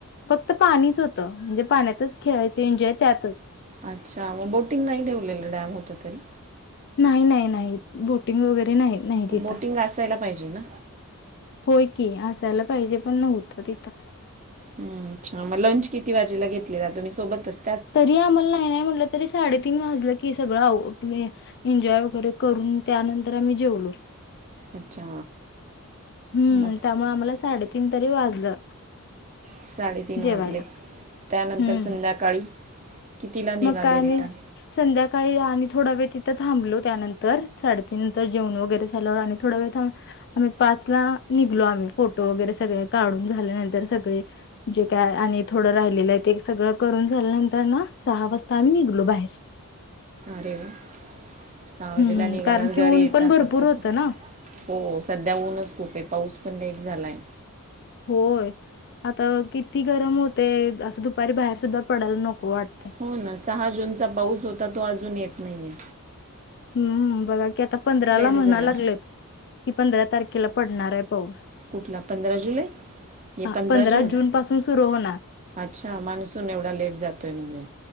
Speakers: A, on the left; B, on the right.
A: फक्त पाणीच होतं म्हणजे त्यातच खेळायचे एनजॉय त्यातच.
B: अच्छा मग बोटिंग नाही ठेवलेलं डॅम होत तरी
A: नाही नाही नाही बोटिंग वगैरे नाही नाही तिथ
B: बोटिंग असायला पाहिजे ना
A: होय की असायला पाहिजे पण नव्हत तिथं
B: हम् अच्छा मग लंच किती वाजेला घेतलेला तुम्ही सोबत अस
A: तरी आम्हाला नाही नाही म्हटलं तरी साडेतीन वाजलं की सगळं आवरून एन्जॉय वगैरे करून त्यानंतर आम्ही जेवलो.
B: अच्छा
A: हम्म
B: मग
A: त्यामुळे आम्हाला साडेतीन तरी वाजलं.
B: साडेतीन
A: जेवायला
B: वाजले त्यानंतर
A: हम्म
B: संध्याकाळी कितीला निघाले
A: मग काय
B: रिटर्न
A: आम्ही संध्याकाळी आणि थोडा वेळ तिथ थांबलो त्यानंतर साडेतीनंतर जेवून वगैरे झाल. आणि थोड वेळ थां आमही पाच ला निघलो आम्ही. फोटो वगैरे सगळे काढून झाल्यानंतर सगळे जे काय आणि थोडं राहिलेलं आहे. ते सगळं करून झाल्यानंतर ना सहा वाजता आम्ही निघलो बाहेर.
B: अरे वा सहा वाजेला
A: हम्म
B: निघालात
A: कारण
B: घरी
A: की ऊन
B: येता
A: पण भरपूर
B: करता
A: होतं
B: पण.
A: ना
B: हो सध्या ऊनच खूप आहे पाऊस पण लेट झालाय.
A: होय आता किती गरम होते. असं दुपारी बाहेर सुद्धा पडायला नको वाटते
B: हो ना सहा जूनचा पाऊस हो अजून येत नाहिये
A: हम्म बघा की आता पंधराला म्हणा
B: झाला
A: लागलेत कि पंधरा तारखेला पडणार आहे. पाऊस
B: कुठला पंधरा जुलै ये
A: हा
B: पंधरा जून
A: पासून सुरू होणार
B: अच्छा मान्सून एवढा लेट जातोय म्ह